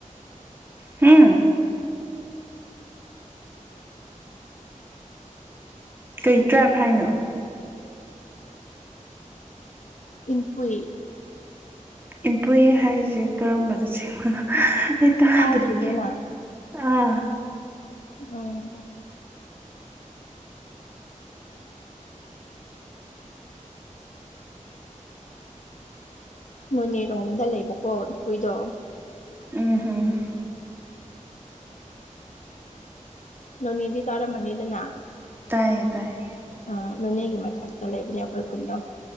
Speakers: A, on the right (about 15°); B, on the left (about 65°).
A: ꯍꯝ ꯀꯩ ꯇ꯭ꯔꯥꯞꯕ ꯍꯥꯏꯅꯣ
B: ꯏꯟꯄꯨꯏ꯫
A: ꯏꯟꯄꯨꯏ ꯍꯥꯏꯁꯦ ꯀꯔꯝꯕꯗꯕ ꯆꯤꯡꯕꯅꯣ ꯑꯩ ꯇꯥꯗ꯭ꯔꯤ
B: ꯇꯥꯗ꯭ꯔꯤꯕꯣ ꯅꯪ
A: ꯑꯥ
B: ꯎꯝ ꯅꯣꯅꯦꯔꯣꯝꯗ ꯂꯩꯕꯀꯣ ꯏꯟꯄꯨꯏꯗꯣ꯫
A: ꯎꯝ <unintelligible>
B: ꯅꯣꯏꯅꯦ ꯗꯤ ꯇꯔꯝꯃꯅꯤꯗꯅ
A: ꯇꯥꯏꯌꯦ ꯇꯥꯏꯌꯦ
B: ꯎꯝ ꯅꯣꯅꯦꯒꯤ ꯃꯊꯛꯇ ꯂꯩꯕꯅꯦ ꯑꯈꯣꯏ ꯈꯨꯟꯗꯣ